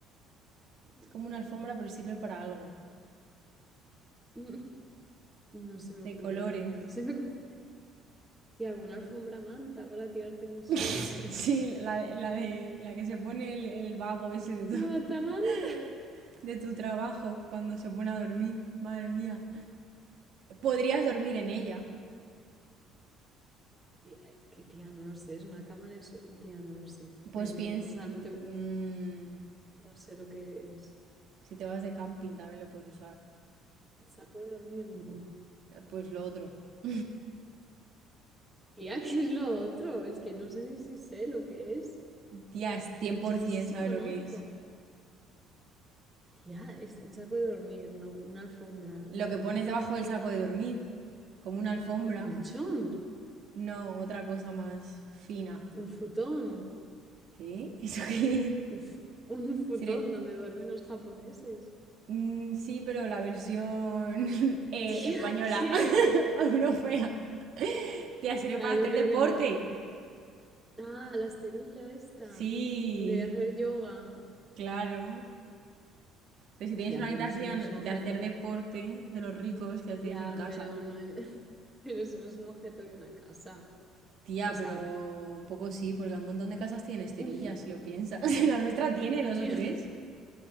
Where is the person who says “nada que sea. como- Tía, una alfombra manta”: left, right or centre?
Centre